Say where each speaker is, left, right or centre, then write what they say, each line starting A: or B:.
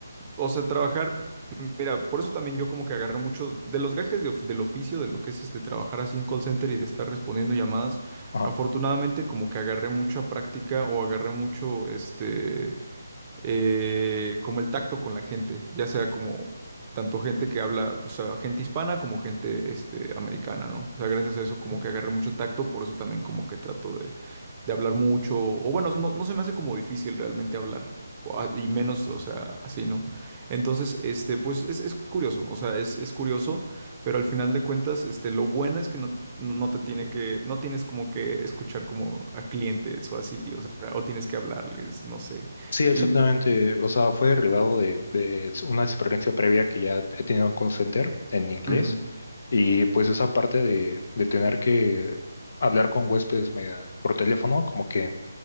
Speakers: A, on the right; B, on the left.
A: O sea, trabajar, mira, por eso también yo como que agarré mucho de los gajes de of- del oficio, de lo que es este trabajar así en call center y de estar respondiendo llamadas.
B: ajá.
A: Afortunadamente como que agarré mucha práctica o agarré mucho este, eh, como el tacto con la gente, ya sea como tanto gente que habla, o sea, gente hispana como gente este, americana, ¿no? O sea, gracias a eso como que agarré mucho tacto, por eso también como que trato de hablar mucho, o bueno, no, no se me hace como difícil realmente hablar, o a- y menos, o sea, así, ¿no? Entonces, este, pues es, es curioso, o sea, es, es curioso, pero al final de cuentas, este, lo bueno es que no te, no te tiene que, no tienes como que escuchar como a clientes o así, o sea, o tienes que hablarles, no sé.
B: Sí, exactamente.
A: Y, mm,
B: O sea, fue derivado de, de una experiencia previa que ya he tenido en call center en inglés.
A: ujú.
B: Y pues esa parte de, de tener que hablar con huéspedes media- por teléfono, como que